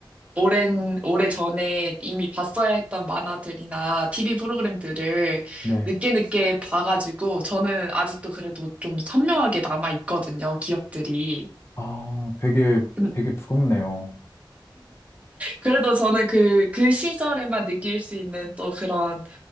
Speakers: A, on the right; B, on the left.
A: 오랜, 오래 전에 이미 봤어야 했던 만화들이나 TV 프로그램들을
B: 네.
A: 늦게 늦게 봐가지고 저는 아직도 그래도 좀 선명하게 남아있거든요, 기억들이.
B: 아, 되게,
A: 음,
B: 되게 부럽네요.
A: 그래도 저는 그, 그 시절에만 느낄 수 있는 또 그런,